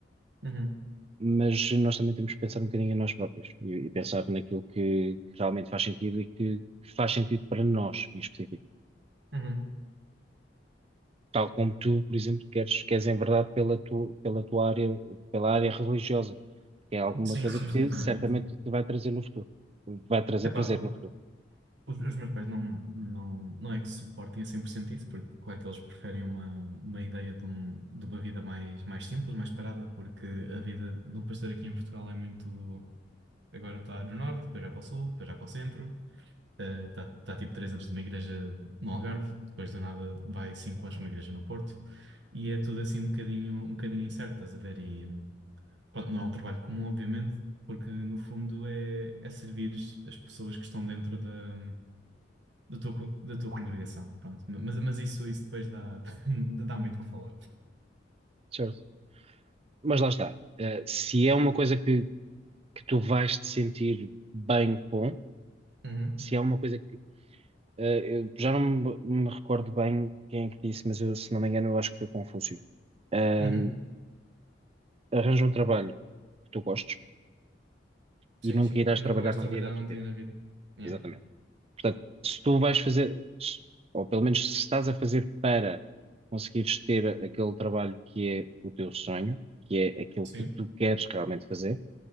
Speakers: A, on the right; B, on the right.
A: Uhum.
B: Mas nós também temos que pensar um bocadinho em nós próprios e, e pensar naquilo que, que realmente faz sentido e que faz sentido para nós em específico.
A: Uhum.
B: Tal como tu, por exemplo, queres, queres enverdar pela tua, pela tua área, pela área religiosa. É alguma
A: Sim,
B: coisa
A: sim,
B: que
A: sim, sim.
B: certamente te vai trazer no futuro. Vai trazer
A: Epá,
B: prazer
A: o-
B: no futuro.
A: os, os meus pais não, não, não é que suportem a 100% isso, porque claro que eles preferem uma, uma ideia de, um, de uma vida mais, mais simples, mais parada, porque a vida de um pastor aqui em Portugal é muito. Agora está no norte, depois já para o sul, depois já para o centro, eh, está está tipo 3 anos numa igreja no Algarve, depois do nada vai 5 anos para uma igreja no Porto, e é tudo assim um bocadinho, um bocadinho incerto, estás a ver? E pronto, não é um trabalho comum, obviamente, porque no fundo é, é servir as pessoas que estão dentro da, da tua, co- da tua congregação, pronto. Mas, mas isso, isso depois dá, <laughs> dá muito o que falar.
B: Certo. Mas lá está. Eh, se é uma coisa que, que tu vais te sentir bem com,
A: Uhum,
B: se é uma coisa que. eh, eu já não me, me recordo bem quem é que disse, mas eu, se não me engano, eu acho que foi Confúcio. Ahm,
A: uhum.
B: arranja um trabalho que tu gostes
A: Sim,
B: e nunca
A: sim.
B: irás
A: E
B: trabalhar
A: nunca vais
B: num
A: trabalhar
B: dia na tua
A: um
B: vida.
A: dia na vida. Yeah.
B: Exatamente. Portanto, se tu vais fazer, se- ou pelo menos se estás a fazer para conseguires ter aquele trabalho que é o teu sonho, que é aquilo
A: Sim.
B: que tu queres realmente fazer,